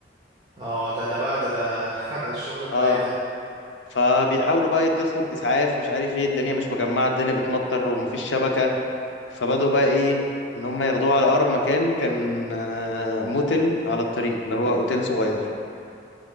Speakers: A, on the right (about 25°); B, on the left (about 75°).
A: اه ده ده بقى ده ده <laughs> ده الشغل بقى
B: اه
A: ايه ده
B: فبيحاولوا بقى يتصلوا بإسعاف مش عارف ايه الدنيا مش مجمعة الدنيا بتمطر ومفيش شبكة فبدأوا بقى ايه ان هم ياخدوه على اقرب مكان كان آه، موتل على الطريق اللي هو اوتيل صغير